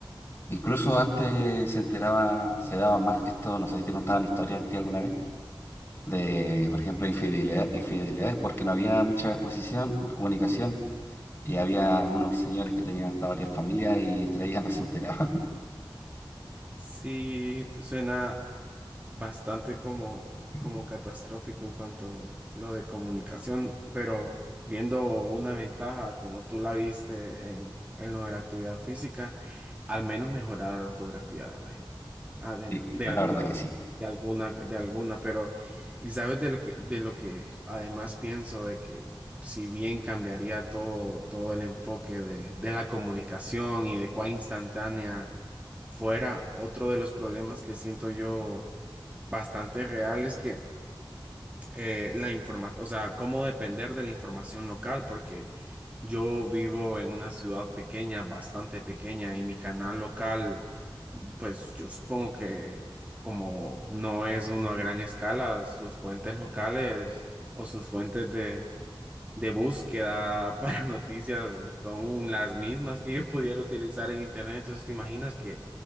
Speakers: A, on the left; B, on the right.
A: incluso antes se enteraba, se daba más, esto no sé si te contaban historias a ti alguna vez, de, por ejemplo, infidelidad, infidelidades, porque no había mucha exposición, comunicación. Y había algunos señores que tenían hasta varias familias y entre ellas no se enteraban.
B: sí, suena bastante como,
A: <laughs>
B: como catastrófico en cuanto a lo de comunicación, pero viendo una ventaja como tú la viste en, en lo de la actividad física, al menos mejorar la ortografía de la gente, ah, de,
A: Sí,
B: de
A: la
B: alguna,
A: verdad que sí.
B: de alguna, de alguna, pero y sabes de lo que, de lo que además pienso, de que si bien cambiaría todo, todo el enfoque de, de la comunicación y de cuán instantánea fuera, otro de los problemas que siento yo bastante reales que eh, la informa, o sea, cómo depender de la información local, porque yo vivo en una ciudad pequeña, bastante pequeña, y mi canal local, pues yo supongo que como no es uno a gran escala, sus fuentes locales o sus fuentes de de búsqueda para <laughs> noticias son las mismas que yo pudiera utilizar en internet. Entonces, ¿te imaginas que